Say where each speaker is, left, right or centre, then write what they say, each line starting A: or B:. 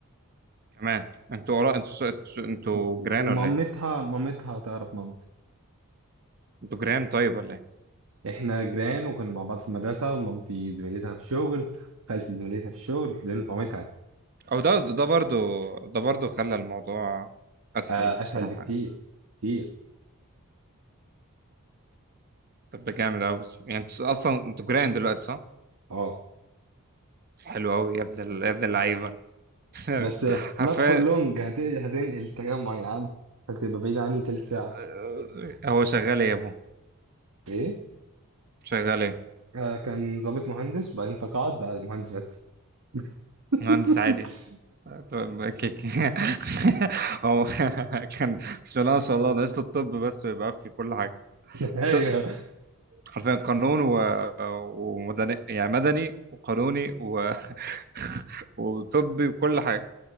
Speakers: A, on the right (about 45°); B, on the right (about 70°).
A: كمان انتوا قرا انتوا انتوا انتوا
B: و- و-
A: جيران
B: ومامتها
A: ولا ايه
B: مامتها تعرف مامتي
A: انتوا جيران طيب ولا ايه
B: احنا جيران وكنا مع بعض في المدرسه ومامتي زميلتها في الشغل خالتي زميلتها في الشغل لان طعمتها
A: او ده ده برضو ده برضو خلى الموضوع اسهل
B: آه،
A: بصراحه
B: اسهل بكتير
A: يعني
B: كتير
A: طب ده جامد قوي يعني انت اصلا انتوا جيران دلوقتي صح؟
B: اه
A: حلو قوي يا ابن ال- يا ابن اللعيبه <laughs>
B: بس
A: حرفيا
B: نوت فور لونج هتنقل التجمع يا عم هتبقى بعيد عني تلت ساعه
A: آه، هو شغال ايه يا ابو
B: ايه
A: شغال ايه
B: آه كان ضابط مهندس وبعدين تقاعد بقى مهندس بس <laughs>
A: مهندس عادي طب كيك <laughs> هو كان بسم الله ما شاء الله ناقص له الطب بس ويبقى في كل حاجه
B: ايوه
A: ط- حرفيا قانون و... ومدني يعني مدني وقانوني و... <laughs> وطبي وكل حاجه